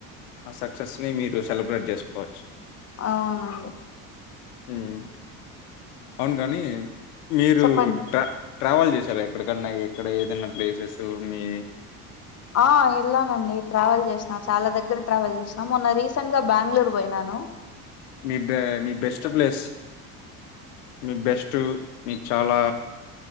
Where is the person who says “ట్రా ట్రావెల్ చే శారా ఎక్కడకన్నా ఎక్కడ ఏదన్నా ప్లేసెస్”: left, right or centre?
Left